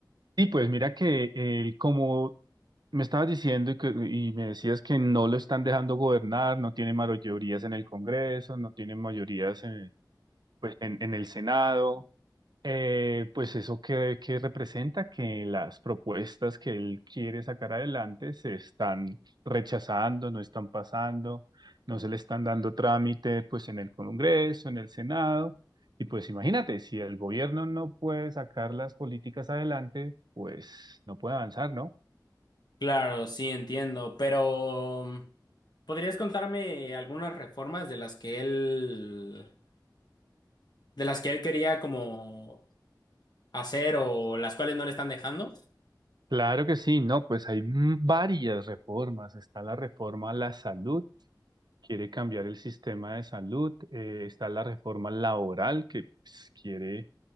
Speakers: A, on the right (about 65°); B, on the left (about 65°).
A: Y pues mira que el, como Me estabas diciendo que, y me decías que no lo están dejando gobernar, no tiene mayorías en el Congreso, no tiene mayorías en, pues, en, en el Senado. Eh, pues eso que, que representa que las propuestas que él quiere sacar adelante se están rechazando, no están pasando, no se le están dando trámite pues en el Congreso, en el Senado. Y pues imagínate, si el gobierno no puede sacar las políticas adelante, pues no puede avanzar, ¿no?
B: Claro, sí, entiendo, pero ¿podrías contarme algunas reformas de las que él, de las que él quería como hacer o las cuales no le están dejando?
A: Claro que sí, no, pues hay m- varias reformas. Está la reforma a la salud, quiere cambiar el sistema de salud. eh, está la reforma laboral, que pues, quiere